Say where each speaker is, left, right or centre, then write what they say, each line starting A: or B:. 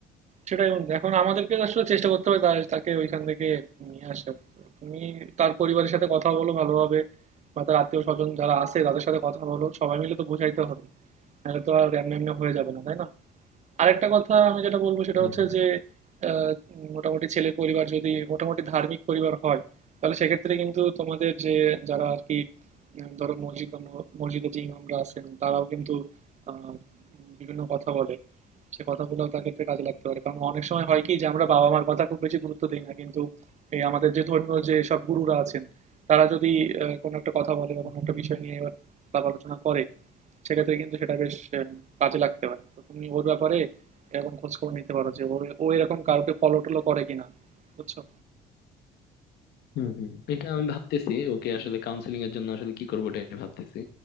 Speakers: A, on the right (about 45°); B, on the left (about 70°).
A: সেটাই বন্ধু এখন আমাদেরকে আসলে চেষ্টা করতে হবে তা- তাকে ওইখান থেকে নিয়ে আসার তুমি তার পরিবারের সাথে কথা বলো ভালোভাবে বা তার আত্মীয় স্বজন যারা আছে তাদের সাথে কথা বলো সবাই মিলে তো বোঝাইতে হবে নাহলে তো আর এমনি এমনি হয়ে যাবে না তাই না আরেকটা কথা আমি যেটা বলবো সেটা
B: হুম
A: হচ্ছে যে আহ, উম, মোটামুটি ছেলের পরিবার যদি মোটামুটি ধার্মিক পরিবার হয় তাহলে সেক্ষেত্রে কিন্তু তোমাদের যে যারা আর কি উম, ধরো মসজিদ বা ম- মসজিদে যে ইমামরা আছেন তারাও কিন্তু আহ, বিভিন্ন কথা বলে সে কথাগুলো তার ক্ষেত্রে কাজে লাগতে পারে কারণ অনেক সময় হয় কি যে আমরা বাবা মার কথা খুব বেশি গুরুত্ব দিই না কিন্তু এই আমাদের যে ধর্মীয় যে সব গুরুরা আছেন তারা যদি আহ, কোনো একটা কথা বলে বা
B: হুম
A: কোনো একটা বিষয় নিয়ে আলাপ আলোচনা করে সেক্ষেত্রে কিন্তু সেটা বেশ আহ, কাজে লাগতে পারে তো তুমি ওর ব্যাপারে এরকম খোঁজ খবর নিতে পারো যে ওর ও এরকম কাউকে ফলো টলো করে কিনা বুঝছো
B: হুম হুম এটা আমি ভাবতেছি ওকে আসলে কাউন্সিলিং এর জন্য আসলে কি করবো এটা ভাবতেছি